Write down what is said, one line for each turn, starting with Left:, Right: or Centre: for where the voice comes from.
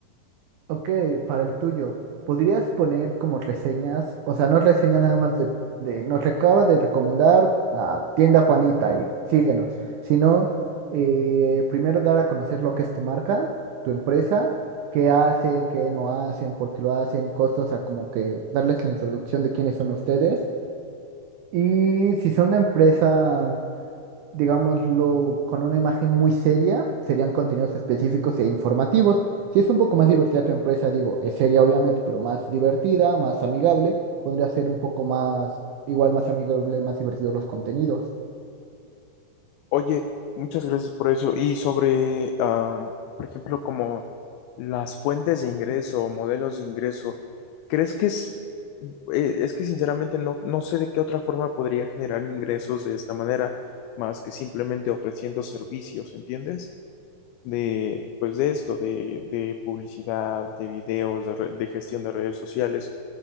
Right: Ok, para el tuyo, ¿podrías poner como reseñas, o sea, no reseñas nada más de, de nos acaba de recomendar la tienda Juanita y síguenos, sino eh, primero dar a conocer lo que es tu marca, tu empresa, qué hacen, qué no hacen, por qué lo hacen, costos, o sea, como que darles la introducción de quiénes son ustedes. Y si son una empresa digámoslo, con una imagen muy seria, serían contenidos específicos e informativos. Si es un poco más divertida tu empresa, digo, es seria obviamente, pero más divertida, más amigable, podría ser un poco más, igual más amigable, más divertido los contenidos.
Left: Oye, muchas gracias por eso. Y sobre, ah, por ejemplo, como las fuentes de ingreso o modelos de ingreso, ¿crees que es, eh, es que sinceramente no, no sé de qué otra forma podría generar ingresos de esta manera, más que simplemente ofreciendo servicios, ¿entiendes? de, pues de esto, de, de publicidad, de videos, de, re- de gestión de redes sociales,